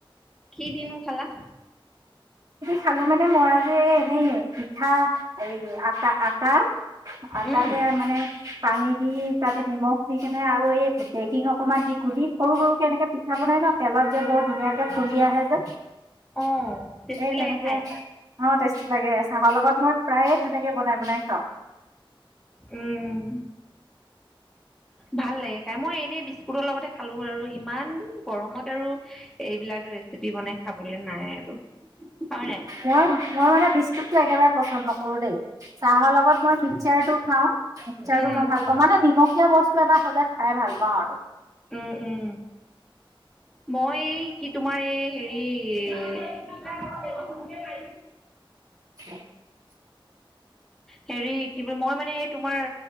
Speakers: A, in the centre; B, on the right.
A: কি দিনো খালা
B: খালোঁ মানে মই আজি এনেই পিঠা এই আটা আটা। আটাতে
A: উম
B: মানে পানী দি তাতে নিমখ দি কেনে আৰু এই। পেকিং অকনমান দি <unintelligible> সৰু সৰুকে এনেকে পিঠা বনাই নহ তেলত যে বৰ ধুনীয়াকে। উফন্দি আহে যে।
A: অ টেষ্টি
B: তেনেকে
A: লাগে খাই
B: অ টেষ্টি লাগে চাহৰ লগত মই প্ৰায়ে তেনেকে বনাই বনাই খাওঁ।
A: উম। ভাল লাগে খাই মই এনেই বিস্কুটৰ লগতে খালোঁ আৰু ইমান গৰমত আৰু এইবিলাক। ৰেচিপি বনাই খাবলৈ নাই আৰু। হয় নাই
B: মই মই মানে বিস্কুটটো একেবাৰে পচন্দ নকৰোঁ দেই। চাহৰ লগত মই মিক্সাৰ টো। খাওঁ, মিক্সাৰটো
A: উম
B: মই ভাল পাওঁ মানে নিমখীয়া বস্তু এটা হ'লে খাই ভাল পাওঁ আৰু।
A: উম উম। মই এই কি তোমাৰ এই হেৰি। <unintelligible>
B: <inaudible>
A: হেৰি কি বুলি মই মানে এই তোমাৰ